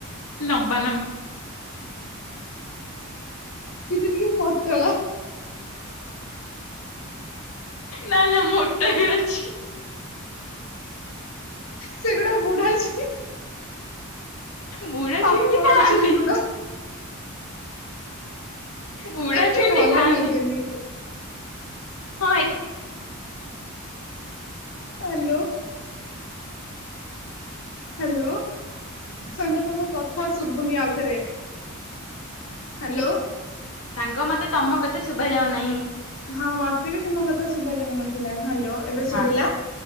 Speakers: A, on the left; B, on the left.
A: ଲମ୍ବା, ଲମ୍ବା।
B: କିନ୍ତୁ ଟିକେ ପତଳା।
A: ନା, ନା ମୋଟା ବି ଅଛି।
B: ସେଗୁଡା ବୁଢା ଛୁଇଁ।
A: ବୁଢା
B: ପାକଳ
A: ଛୁଇଁ ବି ଖାଆନ୍ତି।
B: ଛୁଇଁ ଗୁଡା।
A: ବୁଢା
B: ଏତେ
A: ଛୁଇଁ
B: ଭଲ
A: ବି ଖାଆନ୍ତି।
B: ଲାଗେନି।
A: ହଁ ହେଇ
B: ହାଲୋ। ହାଲୋ ସାଙ୍ଗ ତମୋ କଥା ଶୁଭୁନି ଆଉ ଥରେ। ହାଲୋ।
A: ସାଙ୍ଗ ମତେ ତମ କଥା ଶୁଭା ଯାଉନାହିଁ।
B: ହଁ ମତେ ବି ତୁମ କଥା ଶୁଭା ଯାଉନଥିଲା। ହାଲୋ ଏବେ ଶୁଭିଲା।
A: ହଁ